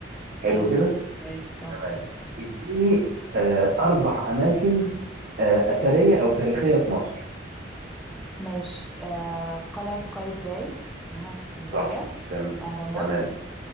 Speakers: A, on the right; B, in the centre.
A: حلو
B: حلو
A: كده
B: ماشي طب
A: تمام اديني آه، اربع اماكن آه، اثريه او تاريخيه في مصر
B: ماشي آه قلعة قايتباي هنا في اسكندرية
A: صح تمام
B: الأهرامات
A: تمام